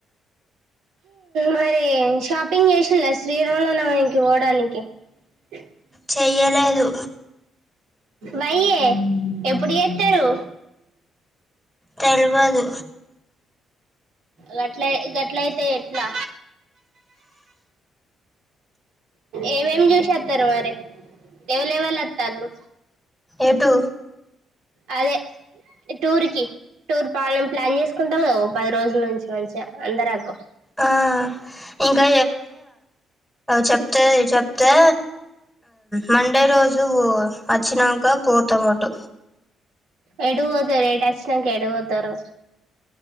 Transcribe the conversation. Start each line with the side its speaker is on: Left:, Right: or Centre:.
Right: మరి షాపింగ్ చేసిల్ల శ్రీరాంలోనేకి పోవడానికి <unintelligible>
Centre: చెయ్యలేదు
Right: వయ్యే ఎప్పుడు చేస్తారు
Centre: తెల్వదు
Right: గట్ల గట్ల అయితే ఎట్లా ఏమ ఏం జుస అత్తారు మరి ఏవలేవల అ తలు
Centre: ఎటు
Right: అదే టూర్ కి టూర్ పానం ప్లాన్ చేసుకుంటాం కద పది రోజుల నుంచి మంచిగా అందరకు
Centre: ఆ ఇంకా చెప్పలే చెప్తే మండే రోజు వచ్చినాక పోతమటు
Right: అటువోతారు ఏటోచ్చినంక ఎటువొతారు